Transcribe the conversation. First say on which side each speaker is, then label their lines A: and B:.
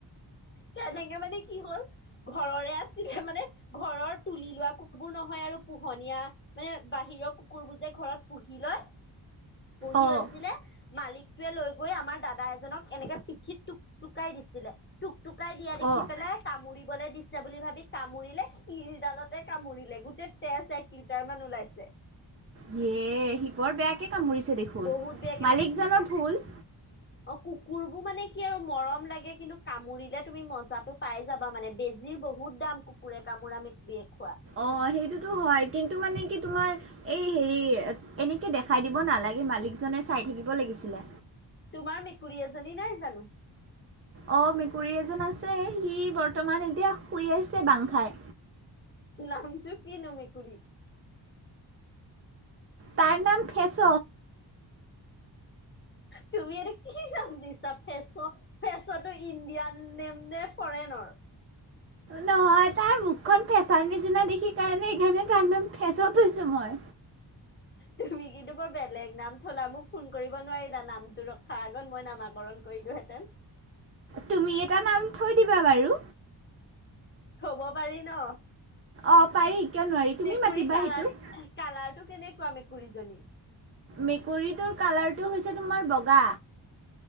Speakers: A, on the left; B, on the right.
A: কেনেকে মানে কি হ'ল ঘৰৰে আছিলে মানে ঘৰৰ তুলি লোৱা কুকুৰবোৰ নহয় আৰু পোহনীয়া মানে বাহিৰৰ কুকুৰবোৰ যে ঘৰত পুহি লয়, পুহি
B: অ'
A: লৈছিলে মালিকটোৱে লৈ গৈ আমাৰ দাদা এজনক এনেকে পিঠিত টু টুকাই দিছিলে টুক টুকাই দিয়া দেখি
B: অ'
A: পেলাই কামুৰিবলৈ দিছ- ছে বুলি ভাবি কামুৰিলে শিৰডালতে কামুৰিলে গোটেই তেজ এক লিটাৰ মান ওলাইছে।
B: সিয়ে সি বৰ বেয়াকে কামুৰিছে দেখোন,
A: বহুত বেয়াকে
B: মালিকজনৰ
A: মানে কু
B: ভুল।
A: অ কুকুৰ বোৰ মানে কি আৰু মৰম লাগে কিন্তু কামুৰিলে তুমি মজাটো পাই যাবা মানে বেজিৰ বহুত দাম কুকুৰে কামোৰা মিট বিয়ে খোৱা
B: অ সেইটোতো হয় কিন্তু মানে কি তোমাৰ এই হেৰি এনেকে দেখাই দিব নালাগে মালিকজনে চাই থাকিব লাগিছিলে।
A: তোমাৰ মেকুৰী এজনী নাই জানোঁ।
B: অ মেকুৰী এজন আছে সি বৰ্তমান এতিয়া শুই আহিছে বাং খাই
A: নামটো কি নো মেকুুৰী
B: তাৰ নাম ফেচ
A: তুমি এইটো কি নাম দিছা ফেচ। ফেচতো ইণ্ডিয়ান নেম নে ফৰেনৰ
B: নহয় তাৰ মুখখন ফেচৰ নিচিনা দেখি কাৰণে সেইকাৰণে তাৰ ফেচ থৈছোঁ মই।
A: তুমি কিন্তু বৰ বেলেগ নাম থলা মোক ফোন কৰিব নোৱাৰিলা নামটো ৰখাৰ আগত মই নামাকৰণ কৰিলোহেতেন
B: তুমি এটা নাম থৈ দিবা বাৰু।
A: থব পাৰি ন।
B: অ পাৰি কিয় নোৱাৰি তুমি
A: মেকুৰী
B: মাতিবা সেইটো।
A: কালাৰ টো কেনেকুৱা মেকুৰীজনী
B: মেকুৰীটোৰ কালাৰটো হৈছে তোমাৰ বগা।